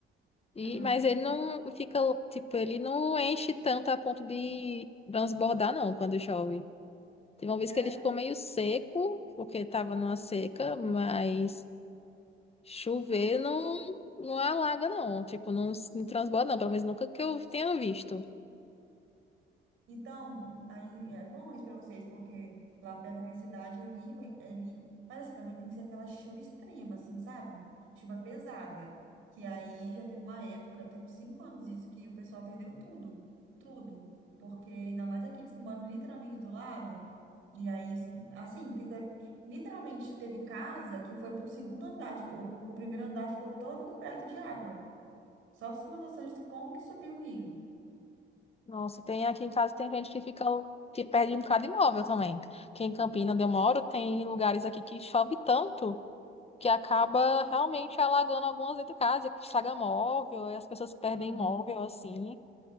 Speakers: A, on the left (about 30°); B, on the right (about 90°).
A: E,
B: Aham.
A: mas ele não fica, tipo, ele não enche tanto a ponto de transbordar, não, quando chove. Teve uma
B: Sério?
A: vez que ele ficou meio seco, porque tava numa seca, mas chover não, não alaga, não. Tipo, não, se- não transborda, não, pelo menos nunca que eu tenha visto.
B: Então, aí é bom isso para vocês, porque lá perto da minha cidade, o rio, ele. Mas assim, também tem que ser aquela chuva extrema, assim, sabe? Chuva pesada. Que aí já teve uma época, eu tenho uns cinco anos isso, que o pessoal perdeu tudo. Tudo. Porque ainda mais aqueles que moram literalmente do lado. E aí, assim, te- te- literalmente teve casa que foi pro segundo andar. Tipo, o primeiro andar ficou todo coberto de água. Só pra você ter uma noção de como que subiu o rio.
A: Nossa, tem aqui em casa tem gente que fica que perde um bocado de imóvel também. Que em Campina, onde eu moro, tem lugares aqui que chove tanto que acaba realmente alagando algumas dentro de casa, que estraga móvel, e as pessoas perdem
B: Aham,
A: móvel assim,